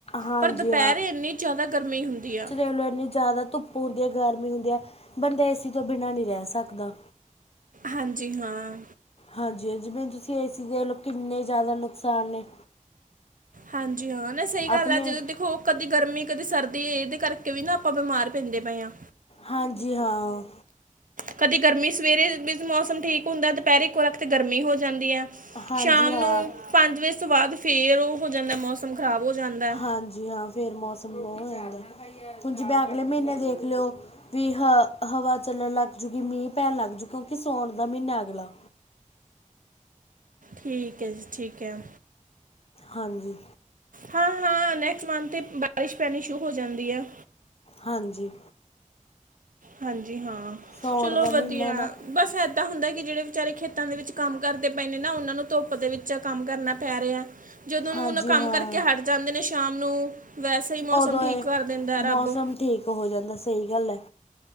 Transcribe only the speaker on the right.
ਪਰ ਦੁਪਹਿਰੇ ਇੰਨੀ ਜ਼ਿਆਦਾ ਗਰਮੀ ਹੁੰਦੀ। ਆ
ਹਾਂਜੀ ਹਾਂ।
ਹਾਂਜੀ ਹਾਂ, ਨਹੀ ਸਹੀ ਗੱਲ
ਆ ਜਦੋਂ ਦੇਖੋ। ਕਦੇ ਗਰਮੀ ਕਦੇ ਸਰਦੀ ਇਹਦੇ ਕਰਕੇ ਵੀ ਨਾ ਆਪਾਂ ਬਿਮਾਰ ਪੈਂਦੇ ਪਏ ਹਾਂ।
ਕਦੀ ਗਰਮੀ ਸਵੇਰੇ ਮੌਸਮ ਠੀਕ ਹੁੰਦਾ ਦੁਪਹਿਰੇ ਕੋਲ ਤੇ ਗਰਮੀ ਹੋ ਜਾਂਦੀ ਹੈ
ਸ਼ਾਮ
ਨੂੰ। ਪੰਜ ਵਜੇ ਤੋਂ ਬਾਅਦ ਫਿਰ ਉਹ ਹੋ ਜਾਂਦਾ ਮੌਸਮ ਖਰਾਬ ਹੋ ਜਾਂਦਾ
ਠੀਕ ਹੈ ਜੀ ਠੀਕ ਹੈ
ਹਾਂ ਹਾਂ ਨੈਕਸਟ ਮੰਥ ਤੇ ਬਾਰਿਸ਼ ਪੈਣੀ ਸ਼ੁਰੂ ਹੋ ਜਾਂਦੀ ਹੈ
ਹਾਂਜੀ ਹਾਂ
ਚਲੋ
ਵਧੀਆ
ਬਸ ਇਦਾਂ ਹੁੰਦਾ ਕਿ ਜਿਹੜੇ ਵਿਚਾਰੇ ਖੇਤਾਂ ਦੇ ਵਿੱਚ ਕੰਮ ਕਰਦੇ ਪਏ ਨੇ ਨਾ ਉਹਨਾਂ ਨੂੰ ਧੁੱਪ ਦੇ ਵਿੱਚ ਕੰਮ ਕਰਨਾ ਪੈ ਰਿਹਾ ਜਦੋਂ
ਨੂੰ ਉਹਨਾਂ ਕੰਮ
ਕਰਕੇ ਹਟ ਜਾਂਦੇ ਨੇ ਸ਼ਾਮ ਨੂੰ ਵੈਸੇ ਸਹੀ ਮੌਸਮ
ਠੀਕ
ਕਰ ਦਿੰਦਾ
ਰੱਬ